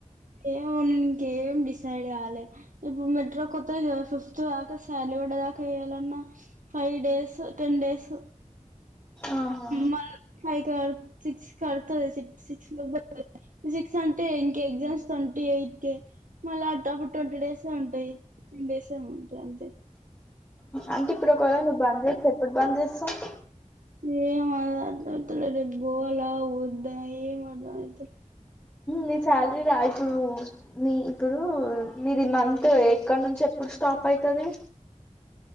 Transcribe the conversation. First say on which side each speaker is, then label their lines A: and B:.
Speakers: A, on the right; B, on the left.
A: ఏమో నేను ఇంకేం డిసైడ్ కాల ఇప్పుడు మెట్రో కొత్త ఫిఫ్త్ కాక శాలరీ ఇప్పుడు దాక ఇల అన్నావ్ ఫైవ్ డేస్ టెన్ డేస్
B: ఆహా
A: మన ఫై క సిక్స్ కతు సిక్స్ మ ఫిజిక్స్ అంటే ఇంక ఎగ్జామ్స్ ట్వంటీ ఎయిట్ కే మళ్ళ టప్ ట్వంటీ డేస్ లో ఉంటాయి వేసాము అంతే అంతే
B: అంటే ఇప్పుడు ఒకవేళ నువ్వు బంద్ చేస్తే ఎప్పుడు బంద్ చేస్తావు
A: ఏ మద అతల రేబ్ బో అలా వద్దా ఏ మర్ధమైతలే
B: నీ శాలరీ రా ఇప్పుడు నీ ఇప్పుడు నీది మంత్ ఎక్కడ నుంచి ఎప్పుడు స్టా పాప అయితది